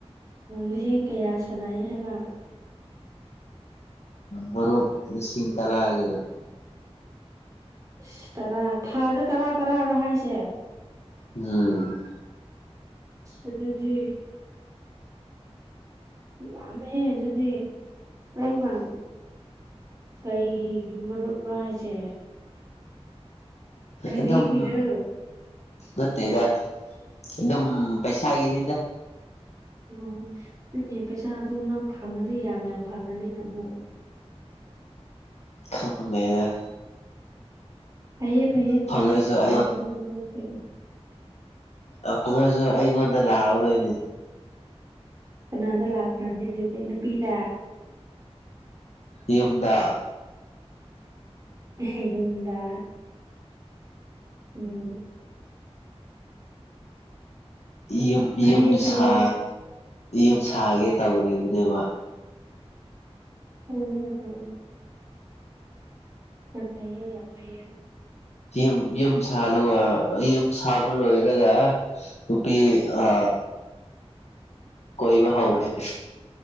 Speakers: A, on the right; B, on the left.
A: ꯂꯤꯁꯤꯡ ꯀꯌꯥ ꯁꯥꯟꯅꯩ ꯍꯥꯏꯕ
B: ꯃꯔꯨꯞ ꯂꯤꯁꯤꯡ ꯇꯔꯥꯒꯤ
A: ꯑꯁ ꯇꯔꯥ ꯊꯥꯗ ꯇꯔꯥ ꯇꯔꯥꯔꯣ ꯍꯥꯏꯁꯦ
B: ꯎꯝ
A: ꯑꯗꯨꯗꯤ ꯌꯥꯝꯃꯦꯍꯦ ꯑꯗꯨꯗꯤ ꯀꯔꯝ ꯀꯟ ꯀꯩ ꯃꯔꯨꯞꯔꯣ ꯍꯥꯏꯁꯦ ꯒꯥꯔꯤꯒꯤꯔꯣ
B: ꯑꯗꯝꯃ ꯅꯠꯇꯦꯗ ꯑꯗꯨꯝ ꯄꯩꯁꯥ ꯒꯤꯅꯤꯗ
A: ꯑꯣ ꯗꯨꯅꯦ ꯄꯩꯁꯥꯗꯣ ꯅꯪ ꯐꯪꯉꯗꯤ ꯌꯥꯝ ꯌꯥꯝ ꯐꯪꯉꯅꯤꯅ ꯑꯃꯨꯛ
B: ꯈꯪꯕꯩꯗ
A: ꯐꯩꯌꯦ ꯐꯩꯌꯦ ꯑꯗꯨꯃꯥꯏꯟ
B: ꯐꯪꯉꯁꯨ
A: ꯁꯥꯟꯅꯕꯗꯣ
B: ꯑꯩ
A: ꯑꯗꯨꯝ <unintelligible>
B: ꯑ ꯐꯪꯉꯖꯨ ꯑꯩꯉꯣꯟꯗ ꯂꯥꯛꯑꯔꯣꯏꯅꯦ
A: ꯀꯅꯥꯗ ꯂꯥꯛꯈ꯭ꯔꯥꯅꯤ ꯑꯗꯨꯗꯤ ꯅꯨꯄꯤꯗ
B: ꯌꯨꯗ
A: ꯑꯦꯍꯦ ꯌꯨꯝꯗ ꯎꯝ
B: ꯌꯨꯝ
A: ꯐꯩꯌꯦ
B: ꯌꯨꯝ
A: ꯐꯩꯌꯦ
B: ꯁꯥ ꯌꯨꯝ ꯁꯥꯒꯦ ꯇꯧꯔꯤꯕꯅꯦꯕ
A: ꯎꯝ ꯎꯝ ꯌꯥꯝ ꯐꯩꯌꯦ ꯌꯥꯝ ꯐꯩꯌꯦ
B: ꯌꯨꯝ ꯌꯨꯝ ꯁꯥꯂꯒ ꯌꯨꯝ ꯁꯥꯕ ꯂꯣꯏꯔꯒ ꯅꯨꯄꯤ ꯑ ꯀꯣꯏꯕ ꯍꯥꯎꯔꯒꯦ